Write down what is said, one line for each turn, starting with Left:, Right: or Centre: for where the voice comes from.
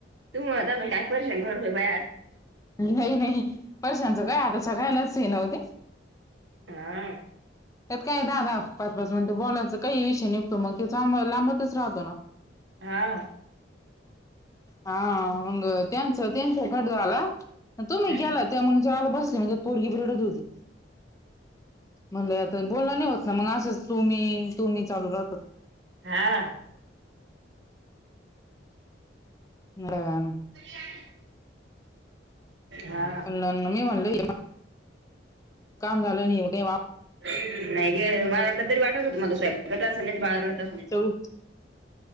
Right: तुमलां <unintelligible> काय परेशान करते बाया आज
Left: नाही नाही परेशांचं काय आता सगळ्यांनाच हाय नव्ह ते
Right: हा
Left: त्यात काय दहा दाहा पाच पाच मिनटं बोलायचं काही विषय निघतो मग ते चांब लांबतच राहतो ना
Right: हा
Left: हा मंग त्यांच त्यांच कट झाला तुम्ही
Right: हम्म
Left: केलात त्या मंग जेवला बसले म्हणजे पोरगी बी रडत होती. म्हणलं आता बोलण नाही होत ना मंग असंच तुम्ही तुम्ही चालू राहत.
Right: हा
Left: एवढ्या वेळानं
Right: <unintelligible> हा
Left: <unintelligible> काम झालं नाही <unintelligible>
Right: नाही गे मला वाटलं तरी वाटत होतं माझ स्वयंपाक असल नाहीतर बाळ रडत असल.
Left: हम